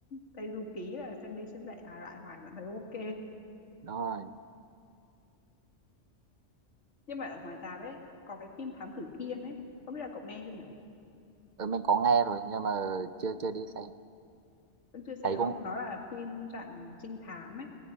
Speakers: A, on the left (about 80°); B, on the right (about 50°).
A: Tây Du Ký là xem đi xem lại lại hoài vẫn thấy ok
B: đúng rồi
A: nhưng mà ở ngoài ra đấy có cái phim Thám Tử Kiên ấy không biết là cậu nghe chưa nhỉ
B: ừ, mình có nghe rồi nhưng mà chưa chưa đi xem
A: vẫn chưa xem
B: thấy cũng
A: không nó là phim dạng trinh thám ấy